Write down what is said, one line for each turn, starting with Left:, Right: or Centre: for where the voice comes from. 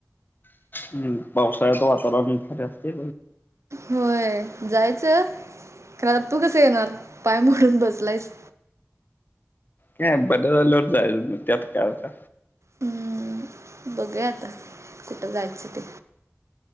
Left: हम्म पावसाळ्यात वातावरण असते
Right: होय जायचं खरं तू कसं येणार पाय मोडून बसलायस
Left: का बरं झाल्यावर जायच त्यात काय होता
Right: हम्म बघूया आता कुठं जायचं ते